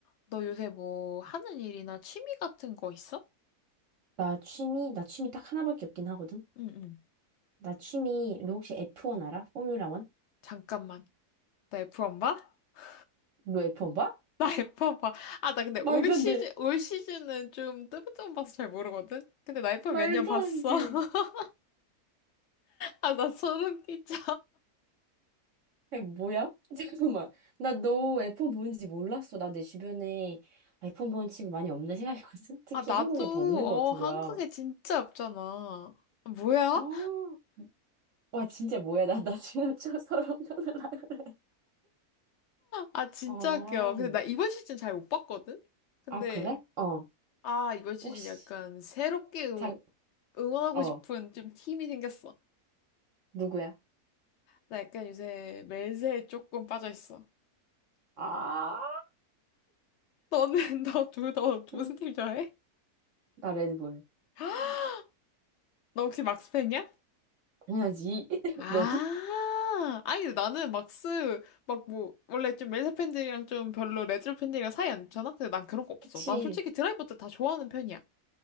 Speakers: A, on the left; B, on the right.
A: 너 요새 뭐 하는 일이나 취미 같은 거 있어?
B: 나 취미, 나 취미 딱 하나밖에 없긴 하거든?
A: 응, 응.
B: 나 취미, 너 혹시 F1 알아? 포뮬라 1?
A: 잠깐만. 나프원 봐? <laughs>
B: 너 F1 봐?
A: 나 F1 봐. 아, 나 근데
B: 말도
A: 올 시즌,
B: 안 돼.
A: 올 시즌은 좀 뜨문뜨문 봐서 잘 모르거든? 근데 나 F1
B: 말도
A: 몇 년 봤어.
B: 안 돼.
A: <laughs> 아, 나 소름 끼쳐.
B: 야, 뭐야? <laughs> 잠깐만. 나 너 F1 보는지 몰랐어. 나 내 주변에 F1 보는 친구 많이 없네 생각했거든? <laughs> 특히
A: 아, 나도,
B: 한국엔 더 없는
A: 어,
B: 것 같은
A: 한국에
B: 거야.
A: 진짜 없잖아. 아, 뭐야?
B: 어. 와, 진짜 뭐야. 나, 나 지금 <laughs> 좀 서러운 려을그래
A: 아, 진짜
B: 아,
A: 웃겨. 근데
B: 음.
A: 나 이번 시즌 잘 못 봤거든? 근데,
B: 아, 그래? 어.
A: 아, 이번 시즌
B: 혹시,
A: 약간 새롭게 응-
B: 장,
A: 응원하고
B: 어.
A: 싶은 좀 팀이 생겼어.
B: 누구야?
A: 나 약간 요새 멜세에 조금 빠져 있어.
B: 아,
A: 너는 <laughs> 너, 두 너 무슨
B: 응.
A: 팀 좋아해?
B: 나 레드불.
A: <gasps> 너 혹시 막스 팬이야?
B: 당연하지. <laughs>
A: 아,
B: 너도?
A: 아니 나는 막스 막 뭐 원래 좀 멜세 팬들이랑 좀 별로 레드 팬들이랑 사이 안 좋잖아. 근데 난 그런 거 없어.
B: 그치.
A: 난 솔직히 드라이버들 다 좋아하는 편이야.